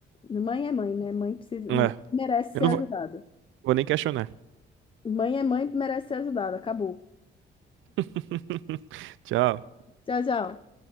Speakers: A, on the left; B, on the right.
A: mãe é mãe, né? Mãe precisa,
B: É,
A: merece
B: eu
A: ser
B: não
A: ajudada.
B: vou, vou nem questionar.
A: Mãe é mãe, merece ser ajudada. Acabou.
B: <laughs> Tchau.
A: Tchau, tchau.